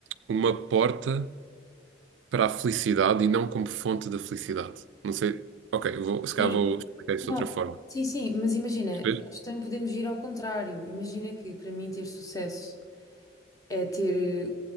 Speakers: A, on the right; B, on the left.
A: uma porta para a felicidade e não como fonte da felicidade. Não sei. Ok, eu vou, se calhar
B: Sim,
A: vou explicar isso de
B: não.
A: outra forma.
B: Sim, sim, mas imagina,
A: Percebes?
B: nós também podemos ir ao contrário. Imagina que para mim ter sucesso é ter